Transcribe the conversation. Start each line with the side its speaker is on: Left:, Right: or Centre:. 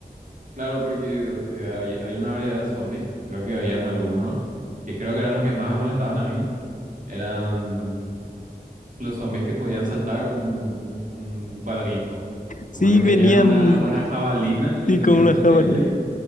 Right: Claro, porque eh, hay, hay una variedad de zombies, que creo que habían algunos, que creo que eran los que más me molestaban a mí, eran los zombies que podían saltar un, un un cuadrito.
Left: Sí,
Right: Como que tenían
Left: venían
Right: una, una jabalina y
Left: sí,
Right: venían
Left: con la
Right: corriendo
Left: jabalina.
Right: y